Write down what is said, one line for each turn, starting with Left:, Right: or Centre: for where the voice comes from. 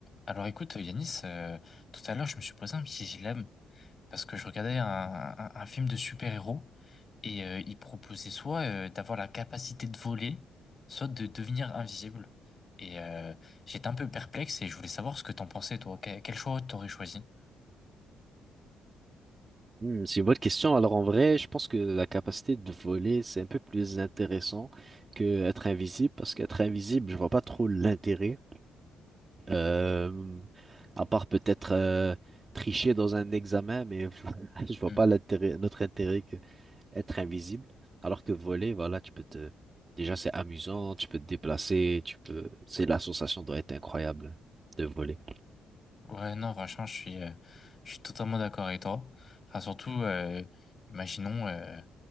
Left: Alors écoute, Yanis, euh, tout à l'heure, je me suis posé un petit dilemme parce que je regardais un, un- un film de super-héros et euh, il proposait soit euh, d'avoir la capacité de voler, soit de devenir invisible. Et euh, j'étais un peu perplexe et je voulais savoir ce que t'en pensais, toi. Que- quel choix t'aurais choisi?
Right: Hmm, c'est une bonne question. Alors en vrai, je pense que la capacité de voler, c'est un peu plus intéressant que être invisible, parce qu'être invisible, je vois pas trop l'intérêt. Euh, à part peut-être euh, tricher dans un examen, mais <laughs> je vois
Left: Hmm.
Right: pas l'intérêt, notre intérêt que être invisible. Alors que voler, voilà, tu peux te, déjà c'est amusant, tu peux te déplacer, tu peux, c'est la sensation doit être incroyable de voler.
Left: Ouais, non, franchement, je suis, euh, je suis totalement d'accord avec toi. Enfin, surtout, euh, imaginons. euh,